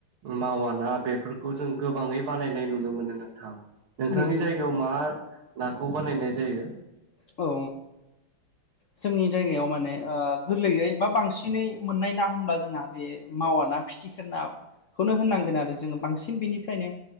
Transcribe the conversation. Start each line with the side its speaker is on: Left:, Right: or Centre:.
Right: मावाना बेफोरखौ जों गोबाङै बानायनाय नुनो मोनो नोंथां। नोंथांनि
Left: नोंगौ
Right: जायगायाव मा नाखौ बानायनाय जायो।
Left: औ जोंनि जायगायाव माने ओ गोरलैयै बा बांसिनै मोननाय ना होनबा जोंहा बे मावा ना फिथिखानो नाखौनो होननांगोन आरो जों जोङो बांसिन बेनिफ्रायनो